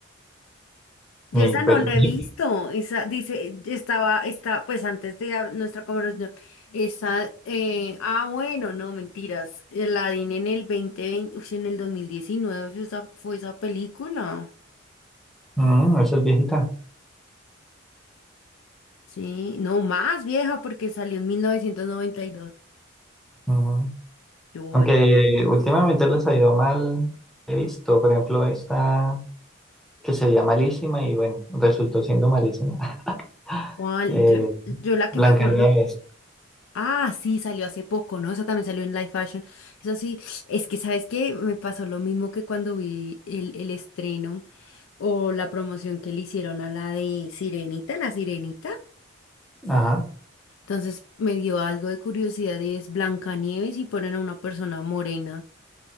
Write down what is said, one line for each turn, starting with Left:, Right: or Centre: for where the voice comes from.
Left: Yo
Centre: ni
Left: esa
Centre: pues,
Left: no la
Centre: no,
Left: he visto.
Centre: sé.
Left: Esa dice, estaba, está, pues antes de hab- nuestra conversación, esa, eh, ah, bueno, no, mentiras. eh, La di en el 2020, uy, en el 2019 fue esa, fue esa película.
Centre: Mm, esa es viejita.
Left: Sí, no más vieja porque salió en 1992.
Centre: Mm.
Left: Yo,
Centre: Aunque últimamente les ha ido mal, he visto, por ejemplo, esta que se veía malísima y bueno, resultó siendo malísima. <laughs>
Left: ¿cuál?
Centre: Eh,
Left: Yo, yo la que
Centre: Blancanieves,
Left: me acuerdo. Ah, sí, salió hace poco, ¿no? Esa también salió en live Fashion. Eso sí, es que, ¿sabes qué? Me pasó lo mismo que cuando vi el, el estreno o la promoción que le hicieron a la de Sirenita, la Sirenita.
Centre: ajá,
Left: Entonces me dio algo de curiosidad y es Blancanieves y ponen a una persona morena.